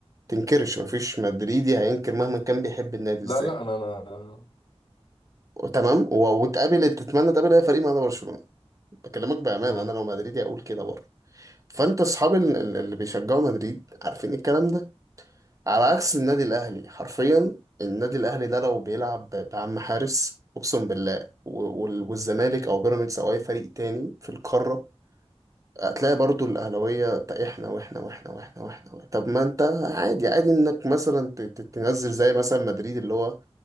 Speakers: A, on the right (about 30°); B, on the left (about 50°).
A: تنكرش مفيش مدريدي هينكر مهما كان بيحب النادي
B: لا
A: ازاي
B: لا انا انا
A: تمام و- وتقابل تتمنى تقابل اي فريق ما عدا برشلونه بكلمك بامانه
B: مم.
A: انا لو مدريدي اقول كده برضه فانت اصحاب ال- ال- اللي بيشجعوا مدريد عارفين الكلام ده على عكس النادي الاهلي حرفيا النادي الاهلي ده لو بيلعب ب- بعم حارس اقسم بالله و- وال- والزمالك او بيراميدز او اي فريق تاني في القاره هتلاقي برضو الأهلاوية "طب إحنا وإحنا وإحنا وإحنا وإحنا وإحنا". طب ما أنت عادي عادي إنك مثلا ت- ت- تنزل زي مثلا مدريد اللي هو